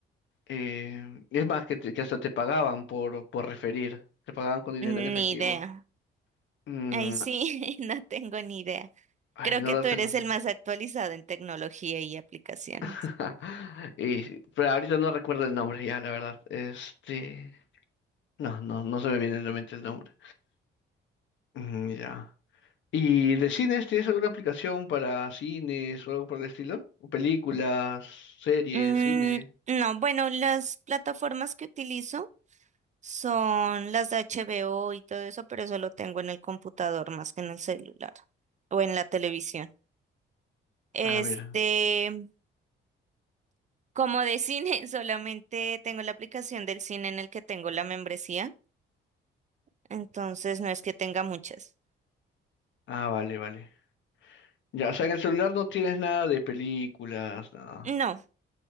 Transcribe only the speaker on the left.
Eh, es más, que, te- que hasta te pagaban por, por referir, te pagaban con dinero
en efectivo.
Mm,
ay,
no
lo
tengo.
<laughs> Y, pero ahorita no recuerdo el nombre ya, la verdad. Este. No, no, no se me viene a la mente el nombre. Mm, ya. ¿Y de cines tienes alguna aplicación para cines o algo por el estilo? ¿O películas, series,
cine?
Ah, mira.
Ah, vale, vale. Ya, o sea, en el celular no tienes nada de películas, nada.